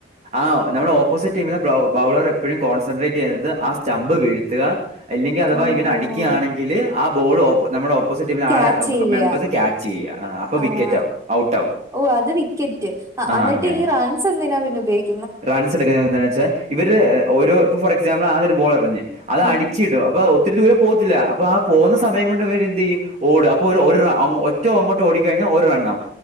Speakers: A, on the right; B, on the right.
A: ആഹ് നമ്മുടെ ഓപ്പോസിറ്റ് ടീമിലെ ബൗളർ എപ്പോഴും കോൺസെൻട്രേറ്റ് ചെയ്യുന്നത് ആ സ്റ്റമ്പ് വീഴ്ത്തുക അല്ലെങ്കിൽ അഥവാ
B: ആഹ്
A: ഇവന് അടിക്കുയാണെങ്കില് ആഹ് ബോൾ നമ്മുടെ ഓപ്പോസിറ്റ് ടീമിൽ
B: ക്യാച്ച്
A: ആളെ
B: ചെയ്യാ
A: മെമ്പേഴ്സ് ക്യാച്ച് ചെയ്യുക ആ, അപ്പൊ
B: ആഹ്
A: വിക്കറ്റ് ആവും ഔട്ട് ആവും
B: ഓ അത് വിക്കറ്റ് ആഹ്
A: ആ
B: എന്നിട്ട്
A: അങ്ങനെ
B: ഈ റൺസ് എന്തിനാ പിന്നെ ഉപയോഗി
A: റൺസ് എടുക്കുന്നുന്നത് എന്തിന് വെച്ചാൽ ഇവര് ഓരോ ഫോർക്സാമ്പിൾ ആദ്യൊരു ബോൾ എറിഞ്ഞ് അത്
B: ആഹ്
A: അടിച്ചിടും അപ്പൊ ഒ ഒത്തിരി ദൂരം പോകത്തില്ല അപ്പൊ ആ പോകുന്ന സമയം കൊണ്ട് ഇ വര് എന്ത് ചെയ്യും ഓടും അപ്പൊ ഒര് റൗണ്ട് ഒറ്റ ഏറ്റവും അങ്ങോട്ട് ഓടിക്കഴിഞ്ഞാൽ ഒരു റണ്ണാവും